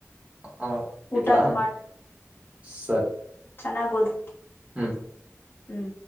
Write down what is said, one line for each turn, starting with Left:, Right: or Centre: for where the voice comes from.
Right: ಹ
Left: ಊಟದು
Right: ಇಡಲ್ಲ ಸತ್
Left: ಚೆನ್ನಾಗ್ಓದು
Right: ಹ್ಮ್
Left: ಹ್ಮ್